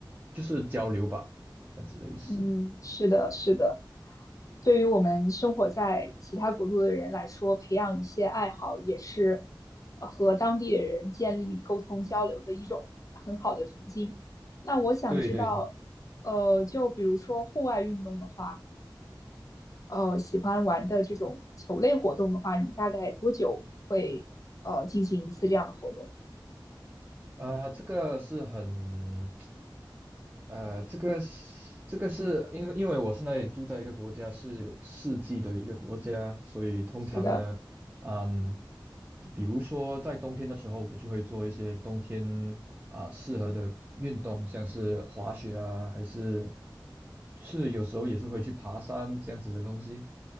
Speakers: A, on the right; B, on the left.
A: 就是交流吧，这样子的意思。
B: 嗯，是的，是的。对于我们生活在其他国度的人来说，培养一些爱好也是呃和当地的人建立沟通交流的一种很好的途径。那我想知道，
A: 对对对，
B: 呃，就比如说户外运动的话，呃，喜欢玩的这种球类活动的话，你大概多久会呃进行一次这样的活动？
A: 啊，这个是很呃，这个是这个是因为因为我现在住在一个国家是有四季的一个国家，所以通常呢，
B: 是的，
A: 嗯，就比如说在冬天的时候，我就会做一些冬天啊、适合的运动，像是滑雪啊，还是是有时候也是会去爬山这样子的东西。